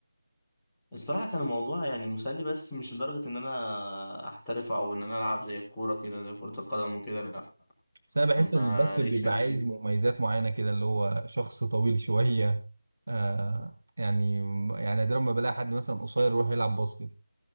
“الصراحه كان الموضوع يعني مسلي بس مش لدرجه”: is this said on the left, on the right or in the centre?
Centre